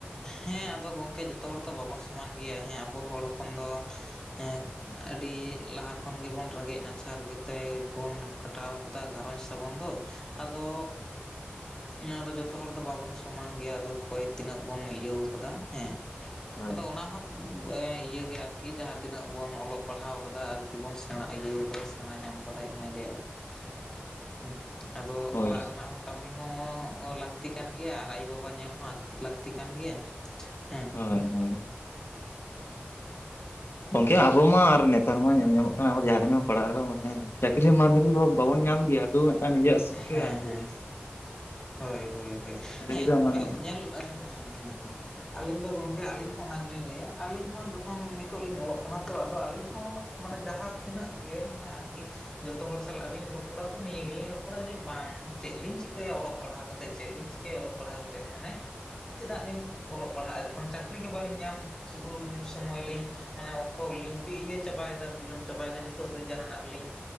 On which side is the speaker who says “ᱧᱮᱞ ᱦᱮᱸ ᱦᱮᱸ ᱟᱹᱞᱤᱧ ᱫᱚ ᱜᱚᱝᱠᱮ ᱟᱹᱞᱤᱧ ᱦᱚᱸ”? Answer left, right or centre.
Left